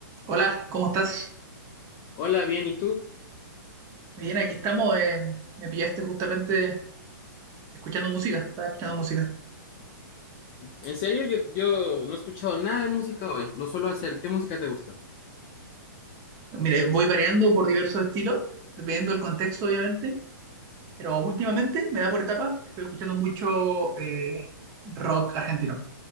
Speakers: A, on the right; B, on the left.
A: Hola, ¿cómo estás?
B: Hola, bien, ¿y tú?
A: Bien, aquí estamos. eh, me pillaste justamente escuchando música. Estaba escuchando música.
B: En serio, yo, yo no he escuchado nada de música hoy, lo suelo hacer. ¿Qué música te gusta?
A: Mire, voy variando por diversos estilos, dependiendo del contexto, obviamente. Pero últimamente me da por etapa. Estoy escuchando mucho eh, rock argentino,